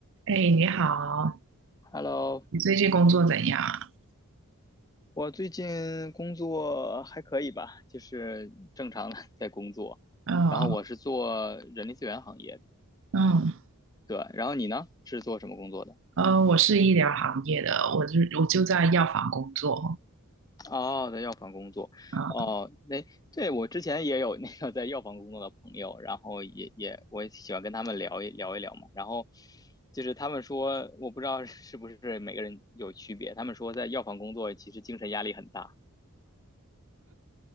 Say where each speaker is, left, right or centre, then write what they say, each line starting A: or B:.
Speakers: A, on the right; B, on the left.
A: 哎，你好，
B: Hello，
A: 你最近工作怎样啊？
B: 我最近工作还可以吧，就是正常的 <laughs> 在工作。
A: 嗯
B: 然后我是做人力资源行业的，
A: 嗯
B: 对。然后你呢，是做什么工作的？
A: 呃，我是医疗行业的，我就我就在药房工作。
B: 哦，在药房工作。
A: 啊
B: 哦，那对我之前也有那个在药房工作的朋友，然后也也我也喜欢跟他们聊一聊一聊嘛。然后就是他们说，我不知道 <laughs> 是不是每个人有区别，他们说在药房工作其实精神压力很大。